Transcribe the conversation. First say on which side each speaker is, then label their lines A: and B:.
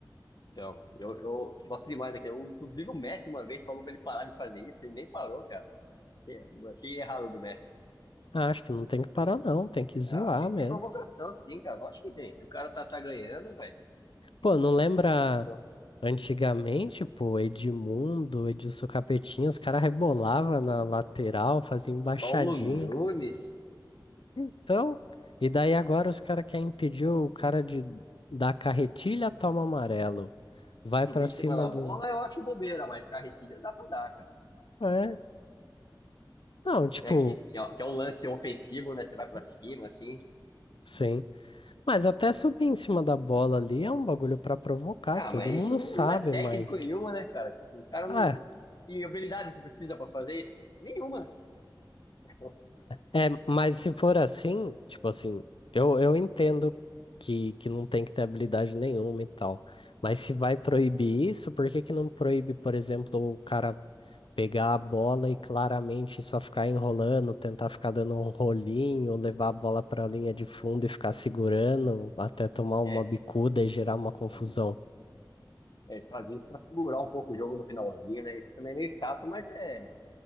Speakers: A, on the left (about 55°); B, on the left (about 90°).
A: Então, eu, eu gosto demais daquele. Eu, Inclusive, o Messi uma vez falou pra ele parar de fazer isso, ele nem parou, cara. Achei, achei errado do Messi.
B: Ah, acho que não tem que parar, não. Tem que zoar
A: Não, tem que
B: mesmo.
A: ter provocação, sim, cara. Lógico que tem. Se o cara tá, tá ganhando, velho,
B: Pô, não
A: tem
B: lembra
A: que ter provocação.
B: antigamente, pô, Edmundo, Edilson Capetinha, os caras rebolavam na lateral, faziam embaixadinha.
A: Paulo Nunes
B: Então, e daí agora os caras querem impedir o cara de dar carretilha, toma amarelo. Vai
A: subindo
B: pra cima
A: em cima da
B: do.
A: bola, eu acho bobeira, mas carretilha dá pra dar, cara.
B: É. Não, tipo,
A: Né, que, que, é, que é um lance ofensivo, né? Você vai pra cima, assim.
B: sim. Mas até subir em cima da bola ali é um bagulho pra provocar,
A: Ah,
B: todo
A: mas
B: mundo
A: isso não
B: sabe,
A: é técnico
B: mas.
A: nenhuma, né, cara? Tipo, o cara
B: É,
A: não. Que habilidade que precisa pra fazer isso? Nenhuma, né? <laughs>
B: é, é, mas se for assim, tipo assim, eu, eu entendo que, que não tem que ter habilidade nenhuma e tal. Mas se vai proibir isso, por que que não proíbe, por exemplo, o cara pegar a bola e claramente só ficar enrolando, tentar ficar dando um rolinho, levar a bola para a linha de fundo e ficar segurando até tomar
A: É,
B: uma bicuda e gerar uma confusão.
A: uma bicha. É, fazer isso pra segurar um pouco o jogo no finalzinho, né? Isso também é meio chato, mas é,